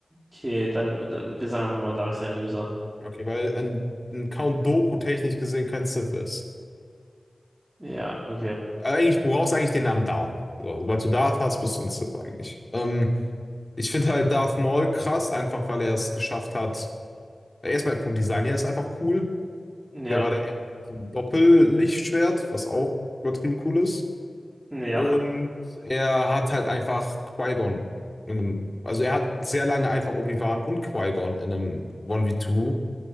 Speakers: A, on the right; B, on the left.
A: okay, dann, äh, wir sagen einfach mal Darkside-User.
B: okay, weil ein, ein Count Doku technisch gesehen kein Civ ist.
A: Ja, okay,
B: Eigentlich, du brauchst eigentlich den Namen Darth. So, sobald du Darth hast, bist du ein Civ eigentlich. Ähm, ich finde halt Darth Maul krass, einfach weil er es geschafft hat. Erstmal vom Design her ist er einfach cool.
A: ja,
B: Der war der erste mit so einem Doppellichtschwert, was auch übertrieben cool ist.
A: ja,
B: Und er hat halt einfach Qui-Gon in einem, also er hat sehr lange einfach Obi-Wan und Qui-Gon in einem 1v2